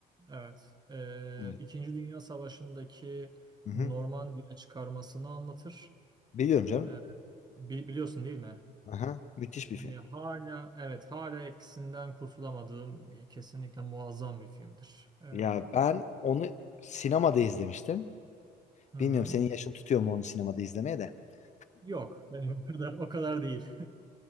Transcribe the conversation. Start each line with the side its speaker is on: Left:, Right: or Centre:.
Right: Evet. E,
Left: Hı.
Right: İkinci Dünya Savaşı'ndaki
Left: Hı-hı.
Right: Normandiya çıkarmasını anlatır.
Left: Biliyorum canım.
Right: E, bi- biliyorsun değil mi?
Left: Aha. Müthiş
Right: Yani
Left: bir film.
Right: hala evet hala etkisinden kurtulamadığım e, kesinlikle muazzam bir filmdir. Ee,
Left: Ya ben
Right: o-
Left: onu sinemada izlemiştim.
Right: hı hı.
Left: Bilmiyorum senin yaşın tutuyor mu onu sinemada izlemeye de. <laughs>
Right: Yok, benim o kadar o kadar değil.